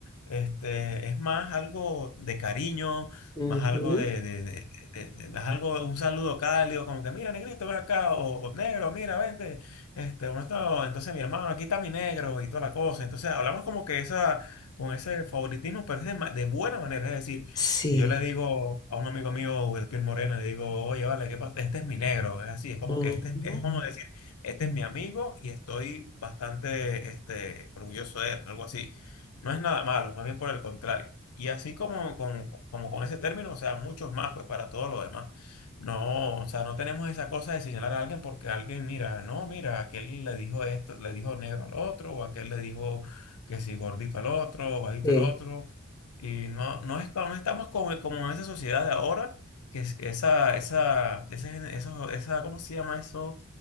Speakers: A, on the left; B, on the left.
A: este, es más algo de cariño,
B: ujú,
A: más algo de, de, de- de- de- más algo, un saludo cálido, como que mira, negrito, ven acá, o negro, mira, vente. Este, uno estaba, entonces mi hermano, aquí está mi negro y toda la cosa. Entonces hablamos como que esa, con ese favoritismo, pero es de, ma- de buena manera. Es decir,
B: Sí.
A: si yo le digo a un amigo mío de piel morena, le digo, oye, vale, ¿qué pasa? Este es mi negro. Es así, es como
B: ujú.
A: que este es, es como decir, este es mi amigo y estoy bastante, este, orgulloso de él, algo así. No es nada malo, más bien por el contrario. Y así como, con como con ese término, o sea, muchos más, pues para todo lo demás. No, o sea, no tenemos esa cosa de señalar a alguien porque alguien, mira, no, mira, aquel le dijo esto, le dijo negro al otro, o aquel le dijo que si gordito al otro, o bajito
B: sí.
A: al otro. Y no, no es, no estamos como, como en esa sociedad de ahora, que es- esa, esa, ese, gen- esos- esa, ¿cómo se llama eso?